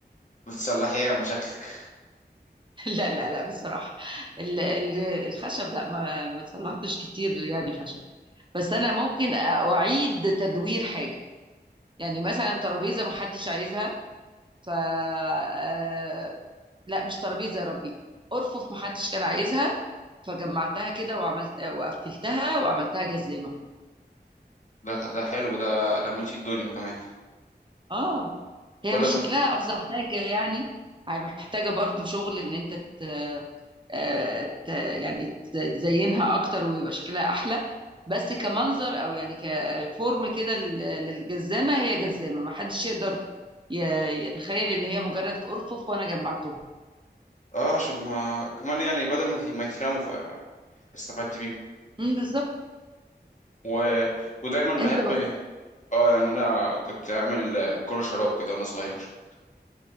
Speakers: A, on the left; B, on the right.
A: بتصلحي ايه يا مشاكلك
B: <laughs> لا لا لا بصراحه ال... ال... الخشب لا ما ما صلحتش كتير يعني خشب بس انا ممكن اعيد تدوير حاجه يعني مثلا ترابيزه محدش عايزها ف آه، لا مش ترابيزه يا ربي ارفف محدش كان عايزها فجمعتها كده وعملت وقفلتها وعملتها جزامه
A: ده ده حلو ده لميتي الدنيا كمان
B: اه هي
A: بدل
B: مش
A: ما
B: شكلها
A: ت-
B: افظع حاجه يعني هي محتاجه برضو شغل ان انت ت... آه، ت... يعني تزينها اكتر ويبقى شكلها احلى بس كمنظر او يعني كفورم كده لل- للجزامه هي جزامه ما حدش يقدر ي... يتخيل ان هي مجرد ارفف وانا جمعتهم
A: اه عشان ما كمان يعني بدل ما ت- ما يترموا فاستفدت بيهم
B: امم بالظبط
A: و... ودايما
B: انت
A: بحب
B: بقى
A: اه يعني انا كنت اعمل كرة شراب كده وانا صغير